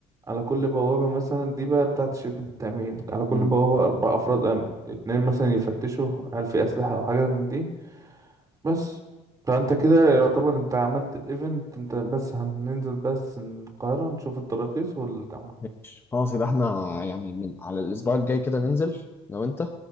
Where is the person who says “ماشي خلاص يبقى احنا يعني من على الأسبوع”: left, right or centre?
Left